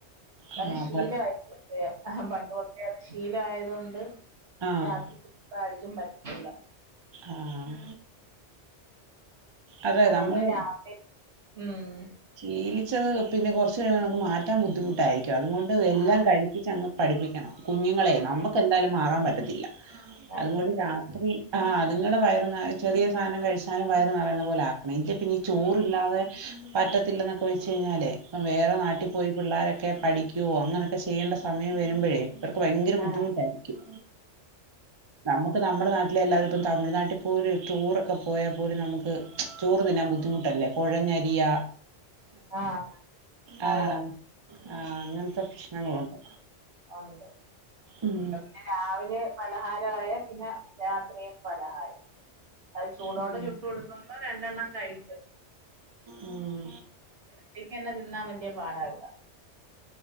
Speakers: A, on the right; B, on the right.
A: അതങ്
B: ആഹ്
A: ശീലവായി പോയി <unintelligible> പണ്ട് <unintelligible> ശീലായതോണ്ട്
B: ആഹ്
A: <unintelligible> പറ്റത്തില്ല
B: ആഹ് അതെ
A: അതുകൊണ്ട്
B: നമ്മള്
A: രാവിലെ ഉം
B: ശീലി അച്ചത് പിന്നെ കൊറച്ച് കഴിയുമ്പോ നമുക്ക് മാറ്റാൻ ബുദ്ധിമുട്ടായി രിക്കും അതും കൊണ്ട് എല്ലാം
A: ആഹ്
B: കഴിപ്പിച്ചങ്ങ് പഠിപ്പിക്കണം. കുഞ്ഞുങ്ങളേ നമുക്ക് എന്തായാലും മാറാൻ പറ്റത്തി ത്തില്ലാ.
A: പറ്റത്തില്ല
B: അതും കൊണ്ട് രാത്രി ആഹ് അതുങ്ങടെ വയർ ന ചെറിയ സാധനം കഴിച്ചാലും വയർ നറയുന്ന പോലെ ആക്കണം ഇല്ല പിന്നീ ചോറില്ലാതെ പറ്റത്തില്ലെന്നൊക്കെ വെച്ച് കഴിഞ്ഞാല്ലേ അപ്പം വേറെ നാട്ടി പോയി പിള്ളേരൊ ഒക്കെ പഠിക്കുയോ അങ്ങനെക്കെ ചെയ്യേണ്ട സമയം വരുമ്പഴേ ഇവർക്ക് ഭയങ്കര ബുദ്ധിമുട്ടായിരിക്കും
A: ആഹ്
B: നമുക്ക് നമ്മുടെ നാ ലല്ലാതിപ്പം ഇപ്പം തമിഴ്നാട്ടി പോലും ടൂറൊക്കെ പോയാ പോലും നമുക്ക് ചോറു തിന്നാൻ ബുദ്ധിമുട്ടല്ലേ കൊഴഞ്ഞരിയ
A: ആഹ്
B: ആഹ്
A: അതെ
B: ആഹ് അങ്ങൻത്തെ പ്രശ്നങ്ങളുണ്ട്
A: ഒണ്ട്
B: ഉം
A: പിന്നെ രാവിലെ പലഹാരമായ പിന്നെ രാത്രിയും പലഹായം അത് ചൂടോട്
B: ഉം
A: ചുട്ടു കൊടുക്കുമ്പോ രണ്ടെണ്ണം കഴിക്കും
B: ഉം
A: ച്ചക്ക് തന്നെ തിന്നാൻ വല്ല്യ പാട ഇവിട